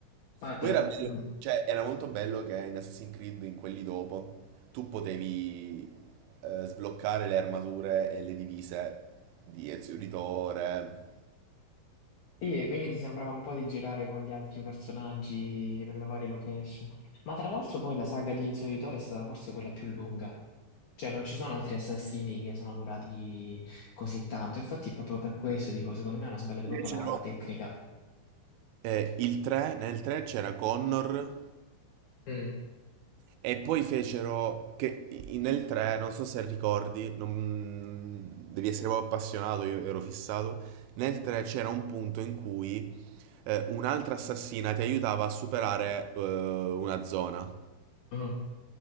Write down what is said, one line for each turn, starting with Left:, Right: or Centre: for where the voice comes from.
Left: guarda,
Right: Poi era bello,
Left: mm,
Right: cioè era molto bello che in Assassin's Creed, in quelli dopo, tu potevi eh, sbloccare le armature e le divise di Ezio Auditore.
Left: Sì, e quindi ti sembrava un po' di girare con gli altri personaggi nelle varie location. Ma tra l'altro poi la saga di Ezio Auditore è stata forse quella più lunga. Cioè non ci sono altri assassini che sono durati così tanto. Infatti proprio per questo dico, secondo me hanno sbagliato proprio
Right: Invece
Left: la,
Right: no.
Left: la tecnica.
Right: Eh, il 3, nel 3 c'era Connor
Left: Mm,
Right: E poi fecero che i- nel 3, non so se ricordi, non- devi essere proprio appassionato, io ero fissato. Nel 3 c'era un punto in cui eh, un'altra assassina ti aiutava a superare eh, una zona.
Left: mm.